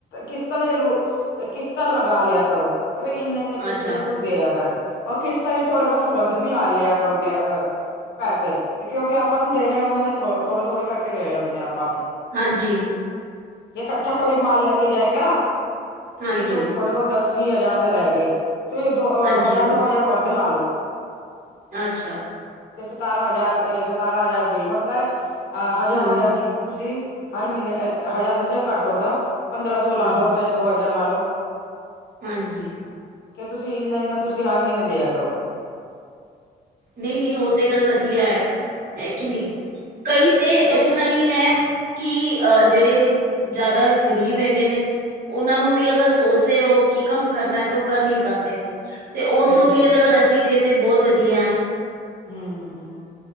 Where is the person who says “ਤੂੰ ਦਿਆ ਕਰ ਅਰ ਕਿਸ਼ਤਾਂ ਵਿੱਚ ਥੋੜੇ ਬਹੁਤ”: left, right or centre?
Left